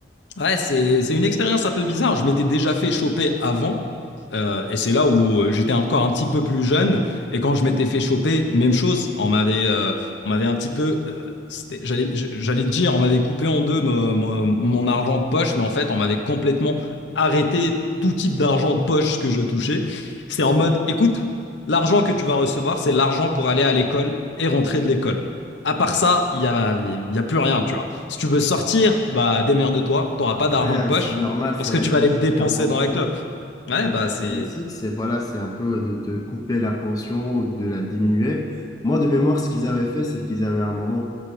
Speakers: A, on the left; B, on the left.
A: Ouais, c'est c'est une expérience un peu bizarre. Je m'étais déjà fait choper avant, euh, et c'est là où euh, j'étais encore un petit peu plus jeune. Et quand je m'étais fait choper, même chose. On m'avait euh, on m'avait un petit peu, euh, c'était- j'allais je- j'allais te dire, on m'avait coupé en deux mon, mon- mon argent de poche, mais en fait, on m'avait complètement arrêté tout type d'argent de poche que je touchais. C'est en mode, écoute, l'argent que tu vas recevoir, c'est l'argent pour aller à l'école et rentrer de l'école. À part ça, il n'y a, il y a plus rien, tu vois. Si tu veux sortir, bah démerde-toi, t'auras
B: Après,
A: pas d'argent
B: euh,
A: de poche
B: c'est normal,
A: parce
B: c'est
A: que
B: la
A: tu
B: classique,
A: vas aller te dépenser
B: la pension.
A: dans la clope. Ouais,
B: Ouais,
A: bah c'est...
B: Le classique, c'est voilà, c'est un peu de te couper la pension ou de la diminuer. Moi, de mémoire, ce qu'ils avaient fait, c'est qu'ils avaient à un moment